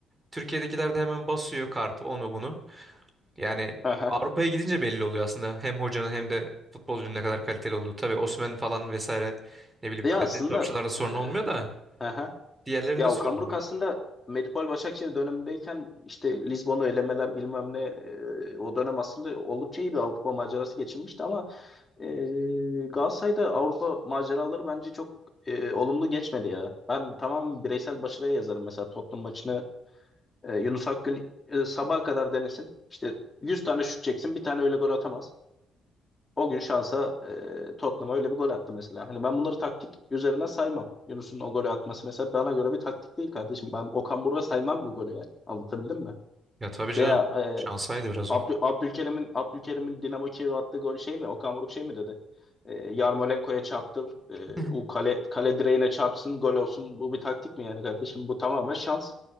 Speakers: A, on the right; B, on the left.
A: Türkiye'dekiler de hemen basıyor kartı onu bunu. Yani
B: Aha.
A: Avrupa'ya gidince belli oluyor aslında hem hocanın hem de futbolcunun ne kadar kaliteli olduğu. Tabii Osimhen falan vesaire ne bileyim
B: Ya
A: kaliteli
B: aslında
A: topçularda sorun
B: eee,
A: olmuyor da
B: aha.
A: diğerlerinde
B: Ya
A: sorun
B: Okan Buruk
A: oluyor.
B: aslında Medipol Başakşehir dönemindeyken işte Lizbon'u elemeler bilmem ne eee, o dönem aslında oldukça iyi bir Avrupa macerası geçirmişti ama E, Galatasaray'da Avrupa maceraları bence çok e, olumlu geçmedi ya. Ben tamam bireysel başarıya yazarım mesela Tottenham maçını. E, Yunus Akgün e, sabaha kadar denesin. İşte 100 tane şut çeksin bir tane öyle gol atamaz. O gün şansa e, Tottenham'a öyle bir gol attı mesela. Hani ben bunları taktik üzerine saymam. Yunus'un o golü atması mesela bana göre bir taktik değil kardeşim. Ben Okan Buruk'a saymam bu golü yani. Anlatabildim mi?
A: Ya tabii canım
B: Veya
A: şansaydı biraz
B: Abdü-
A: o.
B: Abdülkerim'in Abdülkerim'in Dinamo Kiev'e attığı gol şey mi? Okan Buruk şey mi dedi? E, Yarmolenko'ya çarptır.
A: <laughs>
B: E, o kale, kale direğine çarpsın gol olsun. Bu bir taktik mi yani kardeşim? Bu tamamen şans.